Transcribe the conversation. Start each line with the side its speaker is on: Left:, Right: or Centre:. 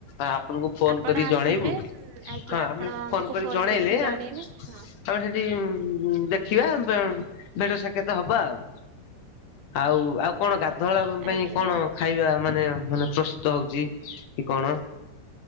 Left: ଆପଙ୍କୁ ଫୋନ
Right: ଆପଣ
Left: କରି
Right: ଆସିବେ
Left: ଜଣେଇବୁ।
Right: ଆଜ୍ଞା
Left: ହଁ
Right: ଆପଣ
Left: ଆମେ
Right: ଆମକୁ
Left: ଫୋନ କରି ଜଣେଇଲେ
Right: କରିକି ଜଣେଇବେ
Left: ଆ
Right: ହଁ
Left: ଆମେ ସେଠି ଦେଖିବା ଭେଟ ସେକତ ହବା ଆଉ। ଆଉ ଆଉ କଣ ଗାଧୁଆଳ ପାଇଁ
Right: ଆଜ୍ଞା।
Left: କଣ ଖାଇବା ମାନେ ମାନେ ପ୍ରସ୍ତୁତ ହଉଛି କି କଣ